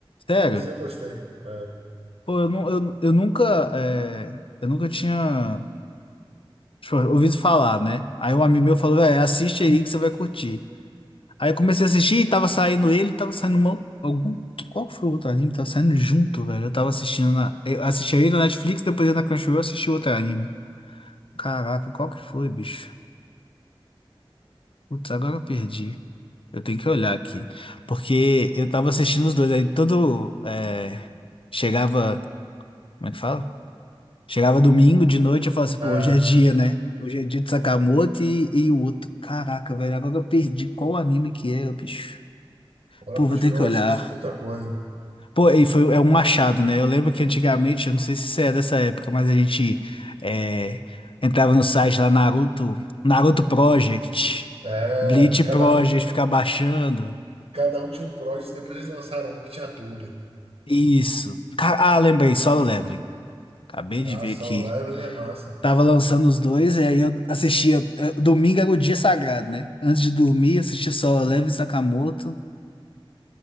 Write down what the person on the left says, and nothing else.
Sério?
Pô, eu, nu- eu, eu nunca. é, eu nunca tinha tipo, ouvido falar, né? Aí um amigo meu falou, velho, assiste aí que você vai curtir. Aí eu comecei a assistir e tava saindo ele, tava saindo uma, algum. Qual foi o outro anime? Tava saindo junto, velho. Eu tava assistindo na. Eu assisti aí na Netflix, depois na Crunchyroll eu assisti outro anime. Caraca, qual que foi, bicho? Putz, agora eu perdi. Eu tenho que olhar aqui. Porque eu tava assistindo os dois. Aí todo. é, chegava. Como é que fala? Chegava domingo de noite, eu falava assim,
pô, hoje é dia, né? Hoje é dia de Sakamoto e, e o outro. Caraca, velho, agora eu perdi qual anime que era, bicho.
Pô,
vou ter que olhar.
Pô, e foi, é um machado, né? Eu lembro que antigamente, eu não sei se você é dessa época, mas a gente é, entrava no site lá, Naruto, Naruto Project,
Bleach
Project,
ficar baixando.
Isso. Ca- Ah, lembrei, Solo Leveling. Acabei de
ver
que
tava lançando os dois, e aí eu assistia. eh, Domingo era o dia sagrado, né? Antes de dormir, assistia Solo Leveling, Sakamoto,